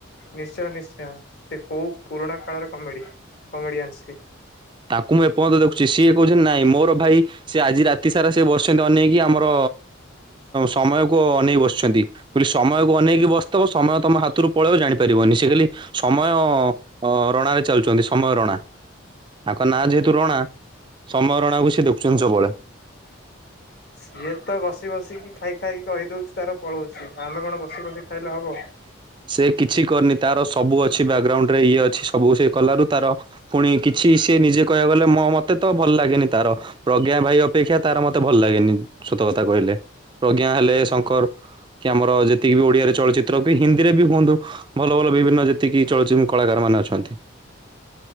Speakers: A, on the left; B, on the right.
A: ନିଶ୍ଚୟ ନିଶ୍ଚୟ ସେ କୋଉ ପୁରୁଣା କାଳର କମେଡି କମେଡିଆନ ସ
B: ତାଙ୍କୁ ମୁଁ ଏପର୍ଯ୍ୟନ୍ତ ଦେଖୁଛି ସିଏ କହୁଛନ୍ତି ନାଇଁ ମୋର ଭାଇ ସେି ଆଜି ରାତି ସାରା ସିଏ ବସିଛନ୍ତି ଅନେଇକି ଆମର ସମୟକୁ ଅନେଇକି ବସିଛନ୍ତି। ବୋଲି ସମୟକୁ ଅନେକି ବ ତମ ସମୟ ତମ ହାତରୁ ପଳେଇବ। ଜାଣିପାରିବନି ସେ ଖାଲି ସମୟ ରଣରେ ଚାଲୁଛନ୍ତି ସମୟ ରଣା। ତାଙ୍କ ନାଁ ଯେହେତୁ ରଣା ସମୟ ରଣା କ ସେ ସେ ଦୋକଚୁଞ୍ଚ ସବୁବେଳେ।
A: ସିଏ ତ ବସି ବସିକି ଖାଇ ଖାଇକି କହିଦଉଛି ତାର ପଳଉଛି। ଆମେ କଣ ବସି ବସି ଖାଇଲେ ହବ।
B: ସେ କିଛି କରିନି ତାର ସବୁ ଅଛି ବ୍ୟାକଗ୍ରାଉଣ୍ଡ ରେ ଇଏ ଅଛି ସବୁ ସେ କଲାରୁ ତାର ପୁଣି କିଛି ସେି ନିଜେ କହିବା ଗଲେ ମ ମତେ ତ ଭଲ ଲାଗେନି ତାର ପ୍ରଜ୍ଞା ଭାଇ ଅପେକ୍ଷା ତାର ମତେ ଭଲ ଲାଗେନି ସତ କଥା। କହିଲେ ପ୍ରଜ୍ଞା ହେଲେ କର୍। କି ଆମର ଯେ ଯେତିକି ବି ଓଡିଆରେ ଚଳଚିତ୍ର କି ହିନ୍ଦୀରେ ବି ହୁଅନ୍ତୁ ଭଲ ଭଲ ବିଭିନ୍ନ ଯେତିକି ଚଳଚିତ କଳାକାର ମାନେ ଅଛନ୍ତି।